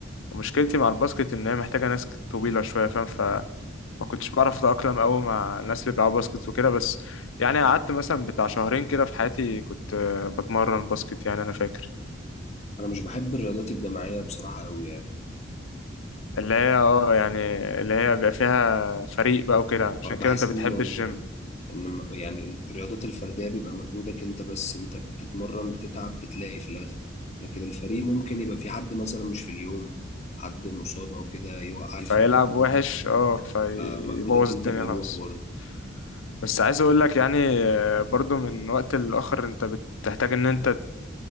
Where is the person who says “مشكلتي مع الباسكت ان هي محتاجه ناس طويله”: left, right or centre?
Left